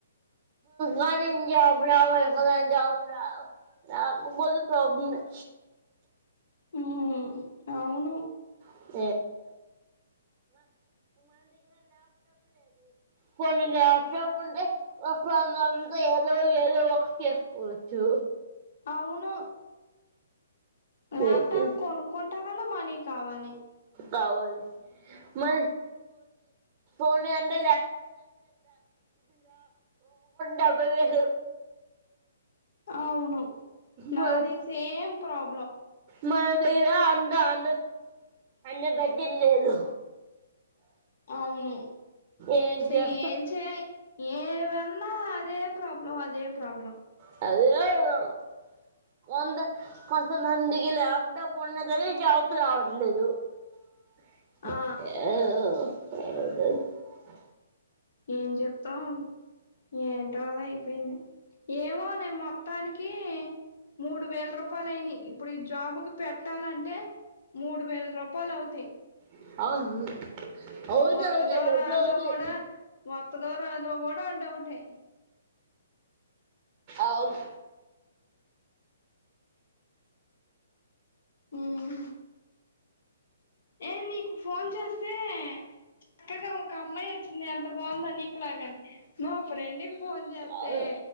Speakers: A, on the right (about 35°); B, on the left (about 60°).
A: కానీ జాబ్ రావాలి కదా జాబ్ రావా రాకపోతే ప్రాబ్లెమ్ ఏ
B: ఉహూ అవును
A: <unintelligible> పోని లాప్టాప్ వుంటే ఒకందంతో ఏదో ఏదో ఒకటి చేసుకోవచ్చు
B: అవును లాప్టాప్
A: ఏది
B: కొనుక్కుంటా కన్నా మని కా కావాలి
A: కావాలి <unintelligible> ఒకొక్కటి డబ్బే వేలు
B: అవును నాది
A: మన
B: సేమ్ ప్రాబ్
A: మన దగ్గర అంద అన్న అన్న దగ్ వీల్లేదు
B: అవును
A: ఏం
B: స
A: చేస్తాం
B: ఏం చే ఏమన్న అదే ప్రాబ్లం అదే ప్రాబ్లం
A: <unintelligible> కొంద కొంతమందికి లాప్టాప్ ఉన్నా గానీ జాబ్కి రావట్లేదు <inaudible>
B: ఆ ఏం చెప్తాం ఏంటో అలా అయిపోయింది ఏమోనే మొత్తానికి మూడు వేలు రూపాయలు అయినయి ఇప్పుడు ఈ జాబ్కి పెట్టాలంటే మూడు వేలు రూపాయలు అవుతయి
A: <inaudible>
B: వత్తదో
A: అవుతాయి డబ్బులు
B: రాదో
A: అవుతాయి
B: కూడా వత్తదో రాదో కూడా డౌట్ఏ
A: అవును
B: ఉహ్ ఏ మీకు ఫోన్ చేస్తే చక్కగా ఒక అమ్మాయి వచ్చింది ఎంత బావుందో నీకులాగాని నో ఫ్రెండ్కి ఫోన్ చేత్తే
A: అవును